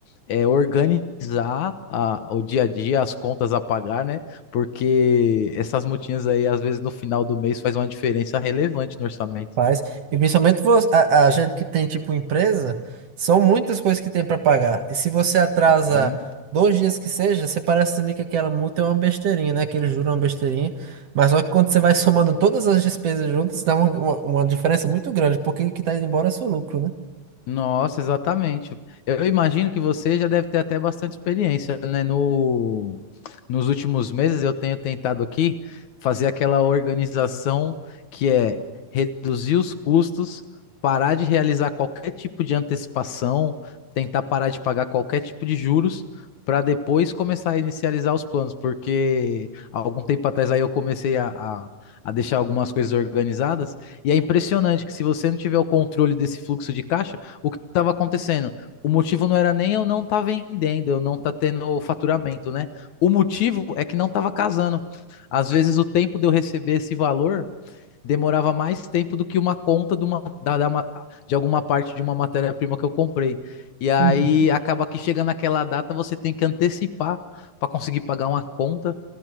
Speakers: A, on the left (about 65°); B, on the right (about 55°).
A: é, organizar a- o dia a dia, as contas a pagar, né? Porque essas multinhas aí, às vezes, no final do mês, faz uma diferença relevante no orçamento.
B: Faz. E principalmente vo- a, a gente que tem tipo empresa, são muitas coisas que tem para pagar. E se você atrasa
A: né?
B: dois dias que seja, você parece ali que aquela multa é uma besteirinha, né? Que eles juram uma besteirinha. Mas só que quando você vai somando todas as despesas juntas, dá uma, uma, uma diferença muito grande, porque o que tá indo embora é seu lucro, né?
A: Nossa, exatamente. Eu imagino que você já deve ter até bastante experiência, né? No, nos últimos meses eu tenho tentado aqui fazer aquela organização que é reduzir os custos, parar de realizar qualquer tipo de antecipação, tentar parar de pagar qualquer tipo de juros, para depois começar a inicializar os planos, porque há algum tempo atrás aí eu comecei a, a a deixar algumas coisas organizadas, e é impressionante que se você não tiver o controle desse fluxo de caixa, o que estava acontecendo. O motivo não era nem eu não tá vendendo, eu não tá tendo faturamento, né? O motivo é que não estava casando. Às vezes o tempo de eu receber esse valor demorava mais tempo do que uma conta de, uma, da, da, de alguma parte de uma matéria-prima que eu comprei. E aí
B: Uhum.
A: acaba que chega naquela data, você tem que antecipar para conseguir pagar uma conta.